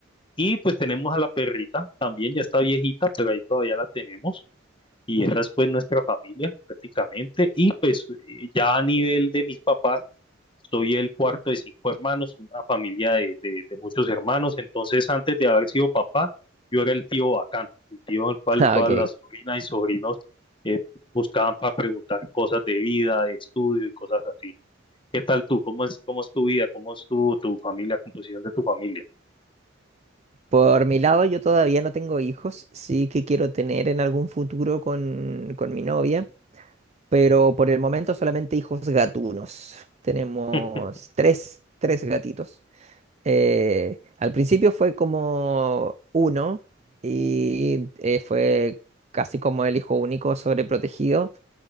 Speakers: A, on the left; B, on the right.
A: Y pues tenemos a la perrita también, ya está viejita, pero ahí todavía la tenemos. Y esa es pues nuestra familia prácticamente. Y pues eh, ya a nivel de mis papás, soy el cuarto de cinco hermanos, una familia de, de- de muchos hermanos. Entonces, antes de haber sido papá, yo era el tío bacán, el tío al cual
B: Ah,
A: todas
B: ok.
A: las sobrinas y sobrinos eh, buscaban para preguntar cosas de vida, de estudio y cosas así. ¿Qué tal tú? ¿Cómo es, cómo es tu vida? ¿Cómo es tu, tu familia, composición de tu familia?
B: Por mi lado, yo todavía no tengo hijos, sí que quiero tener en algún futuro con, con mi novia, pero por el momento solamente hijos gatunos. Tenemos
A: <laughs>
B: tres, tres gatitos. Eh, al principio fue como uno y eh, fue casi como el hijo único sobreprotegido.